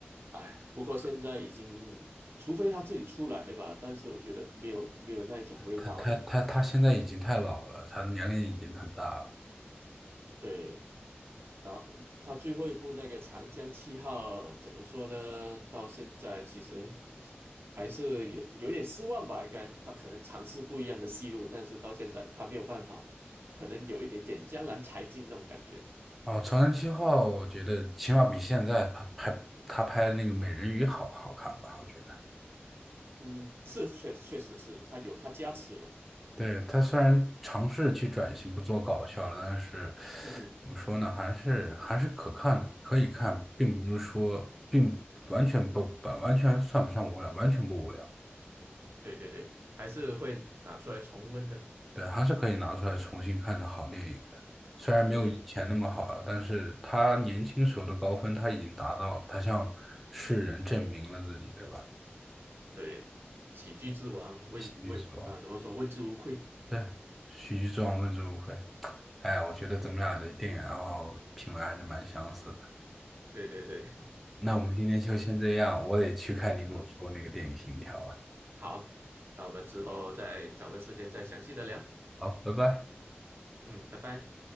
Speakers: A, on the right; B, in the centre.
A: 哎，不过现在已经，除非他自己出来吧，但是我觉得没有没有那一种味道了。
B: 他他他他现在已经太老了，他年龄已经很大了。
A: 对。然后他最后一部那个《长江七号》怎么说呢？到现在其实还是有有一点失望吧，应该他可能尝试不一样的戏路，但是到现在他没有办法，可能有一点点江郎才尽那种感觉。
B: 哦，《长城七号》我觉得起码比现在他拍他拍那个《美人鱼》好好看吧，我觉得。
A: 嗯，是确确实是他有他加持嘛。
B: 对，他虽然尝试去转型不做搞笑了，但是怎么说呢，
A: 嗯哼，
B: 还是还是可看的，可以看，并不是说并完全不不完全算不上无聊，完全不无聊。
A: 对对对，还是会拿出来重温的。
B: 对，还是可以拿出来重新看的好电影的。虽然没有以前那么好了，
A: 对
B: 但是他年轻时候的高分他已经达到了，他向世人证明了自己，对吧？
A: 对，喜剧之王问问啊，
B: 喜剧之王，
A: 怎么说问之无愧？
B: 对，喜剧之王问之无愧。哎，我觉得咱们俩的电影爱好品味还是蛮相似的。
A: 对对对，
B: 那我们今天就先这样，
A: <laughs> 嗯
B: 我得去看你给我说那个电影《信条》了。
A: 嗯。好，那我们之后再找个时间再详细的聊。
B: 好，拜拜。
A: 嗯，拜拜。